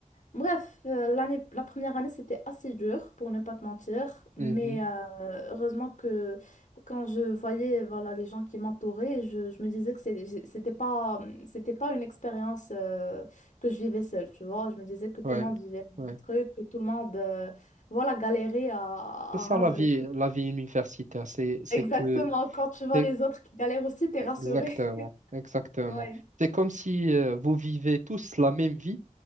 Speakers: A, on the left; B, on the right.
A: Bref, euh, l'année, la première année, c'était assez dur, pour ne pas te mentir, mais
B: Mhm,
A: euh, heureusement que quand je voyais voilà, les gens qui m'entouraient, je, je me disais que c'est- c'était pas, c'était pas une expérience euh, que je vivais seule, tu vois. Je me disais que tout
B: ouais,
A: le monde vivait le
B: ouais.
A: même truc, que tout le monde... euh, voilà, galérait à, à
B: C'est ça
A: rendre
B: la vie,
A: les trucs
B: la vie universitaire, c'est c'est
A: Exactement,
B: que
A: quand tu vois
B: c'est
A: les autres qui galèrent aussi, t'es
B: exactement,
A: rassuré. <laughs>
B: exactement.
A: Ouais,
B: C'est comme si euh, vous vivez tous la même vie